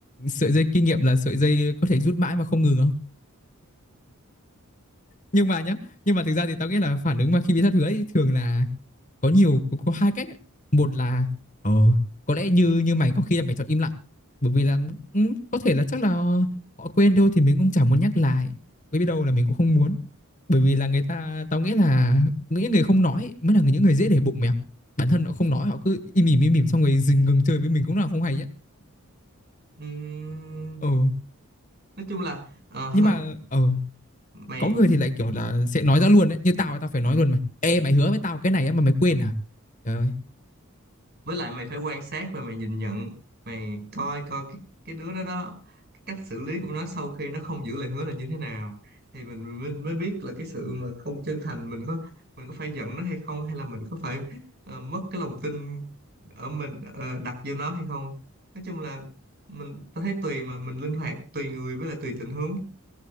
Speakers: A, on the left; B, on the right.
A: sợi dây kinh nghiệm là sợi dây có thể rút mãi mà không ngừng không nhưng mà nhá nhưng mà thực ra thì tao nghĩ là phản ứng mà khi bị thất hứa ấy, thường là có nhiều có, có hai cách ấy. một là ờ, có lẽ như như mày có khi là mày chọn im lặng bởi vì là ừ, có thể là chắc là họ quên thôi thì mình cũng chẳng muốn nhắc lại bởi vì đâu là mình cũng không muốn bởi vì là người ta tao nghĩ là những người không nói mới là những người dễ để bụng mẹ bản thân họ không nói họ cứ im ỉm im ỉm xong rồi dừng ngừng chơi với mình cũng là không hay chứ
B: Ừm,
A: ừ
B: nói chung là ờ,
A: nhưng mà ờ
B: <laughs> mày
A: có người thì lại kiểu là sẽ nói ra luôn đấy như tao tao phải nói luôn mày ê mày hứa với tao cái này á mà mày quên à Trời ơi,
B: với lại mày phải quan sát và mày nhìn nhận mày coi coi cái cái đứa đó đó cái cách xử lý của nó sau khi nó không giữ lời hứa là như thế nào thì mình mới, mới biết là cái sự mà không chân thành mình có mình có phải giận nó hay không hay là mình có phải ờ, mất cái lòng tin ở mình ờ, đặt vô nó hay không nói chung là mình tao thấy tùy mà mình linh hoạt tùy người với lại tùy tình huống